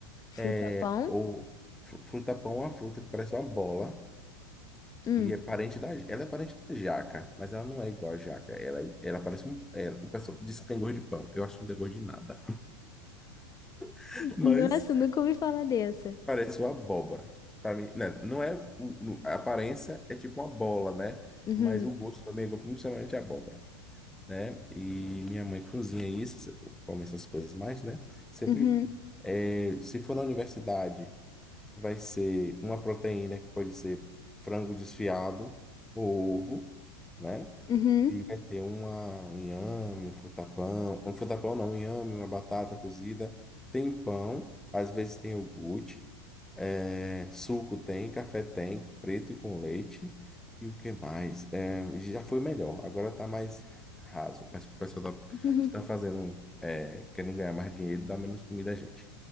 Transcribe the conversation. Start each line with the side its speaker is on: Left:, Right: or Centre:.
Left: Fruta
Centre: É,
Left: pão.
Centre: ou fru- fruta pão é uma fruta que parece uma bola.
Left: hum.
Centre: E é parente da. Ela é parente da jaca, mas ela não é igual a jaca. Ela, é, ela parece um. É, o pessoal diz que tem gosto de pão. Eu acho que não tem gosto de nada. <laughs> Mas
Left: Nossa, nunca ouvi falar dessa.
Centre: parece uma abóbora. Para mim, né, não é. o- não- a aparência é tipo uma bola, né?
Left: Uhum,
Centre: Mas o gosto também é igual, principalmente a abóbora, né? E minha mãe cozinha isso, come essas coisas mais, né? Sempre.
Left: uhum,
Centre: é, se for na universidade, vai ser uma proteína que pode ser frango desfiado, ou ovo, né?
Left: uhum,
Centre: E vai ter uma, um inhame, um frutapão. Um frutapão não, um inhame, uma batata cozida. Tem pão, às vezes tem iogurte. é, suco tem, café tem, preto e com leite. E o que mais? É, já foi melhor, agora tá mais raso. Parece que o pessoal tá,
Left: uhum,
Centre: tá fazendo, é, querendo ganhar mais dinheiro, dá menos comida a gente.